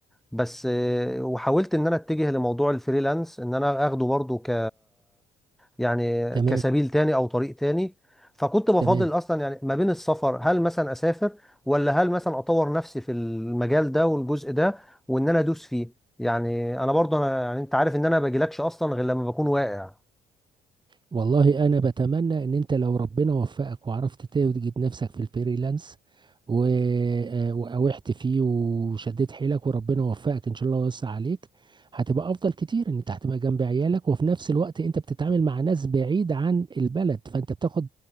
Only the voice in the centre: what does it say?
بس آه، وحاولت ان انا اتجه لموضوع الفريلانس ان انا اخده برضو ك يعني
كسبيل تاني او طريق تاني فكنت بفاضل
اصلا يعني ما بين السفر هل مثلا اسافر ولا هل مثلا اطور نفسي في المجال ده والجزء ده وان انا ادوس فيه يعني انا برضو انا يعني انت عارف ان انا ما باجيلكش اصلا غير لما بكون واقع